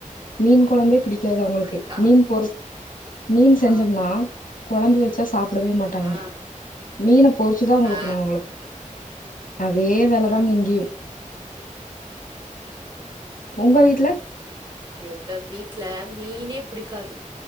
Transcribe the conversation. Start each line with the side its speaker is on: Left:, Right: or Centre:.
Left: மீன் கொழம்பே பிடிக்காது அவங்களுக்கு
Right: அப்டியா
Left: மீன் பொரு மீன்
Right: ஆ
Left: செஞ்சோம்னா கொழம்பு வெச்சா சாப்டவே மாட்டாங்க
Right: ஆ
Left: மீன பொறிச்சி தா குடுக்கணு
Right: ஆ
Left: அவுங்குளுக்கு அதே வேல தாங்க
Right: ஆ
Left: இங்கயு உங்க வீட்ல
Right: எங்க வீட்ல மீனே பிடிக்காது